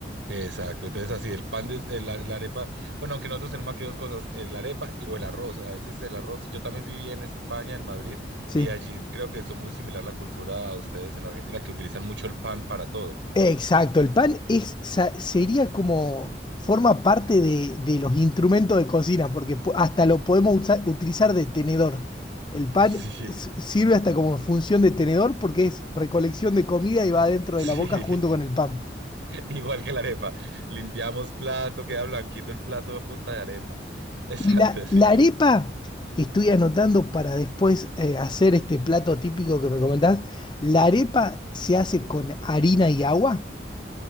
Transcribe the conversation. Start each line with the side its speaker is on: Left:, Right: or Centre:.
Right: Exacto. Entonces, así, el pan, de, el, la, la arepa. Bueno, aunque nosotros tenemos aquí dos cosas, el arepa y o el arroz. A veces el arroz. Yo también viví en España, en Madrid,
Left: sí.
Right: y allí creo que son muy similar la cultura a ustedes en Argentina, que utilizan mucho el pan para todo.
Left: Exacto, el pan es, sa- sería como, forma parte de, de los instrumentos de cocina, porque pu- hasta lo podemos usa- utilizar de tenedor. El pan
Right: Sí,
Left: s- sirve hasta como función de tenedor porque es recolección de comida y va dentro
Right: sí.
Left: de la boca junto con el pan.
Right: <laughs> Igual que la arepa. Limpiamos plato, queda blanquito el plato a punta de arepa. Exacto,
Left: Y la,
Right: sí,
Left: la
Right: sí.
Left: arepa, que estoy anotando para después eh, hacer este plato típico que me comentás, la arepa se hace con harina y agua.